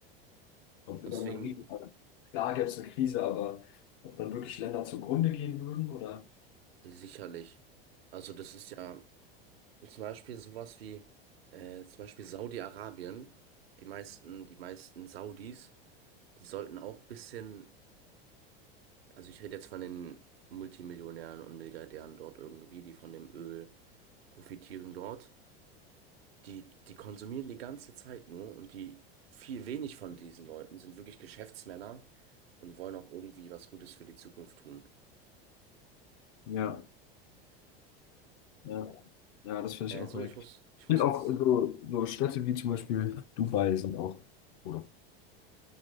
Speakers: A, on the left (about 60°); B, on the right (about 80°).
A: Ob wir
B: deswegen
A: dann eine riesen, klar gäbe es eine Krise, aber ob dann wirklich Länder zugrunde gehen würden oder?
B: sicherlich. Also das ist ja Zum Beispiel sowas wie äh, zum Beispiel Saudi-Arabien. Die meisten, die meisten Saudis, die sollten auch ein bisschen, also ich rede jetzt von den Multimillionären und Milliardären dort irgendwie, die von dem Öl profitieren dort. Die, die konsumieren die ganze Zeit nur und die viel wenig von diesen Leuten sind wirklich Geschäftsmänner und wollen auch irgendwie was Gutes für die Zukunft tun.
A: Ja, ja, ja, das finde
B: Äh,
A: ich auch
B: so,
A: weg.
B: ich muss, ich
A: Ich finde
B: muss jetzt,
A: auch so, so Städte wie zum Beispiel Dubai sind auch, oder?